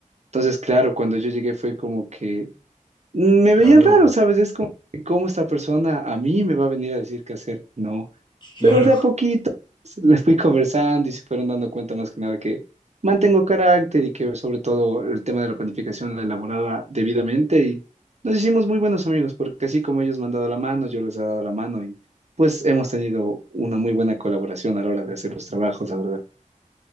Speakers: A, on the right; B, on the left.
A: Entonces, claro, cuando yo llegué fue como que me veían
B: Claro,
A: raro, ¿sabes? Es como, ¿cómo esta persona a mí me va a venir a decir qué hacer? No.
B: claro,
A: Pero de a poquito
B: <laughs>
A: pues, les fui conversando y se fueron dando cuenta más que nada que mantengo carácter y que sobre todo el tema de la planificación la elaboraba debidamente y nos hicimos muy buenos amigos porque así como ellos me han dado la mano, yo les he dado la mano y pues hemos tenido una muy buena colaboración a la hora de hacer los trabajos, la verdad.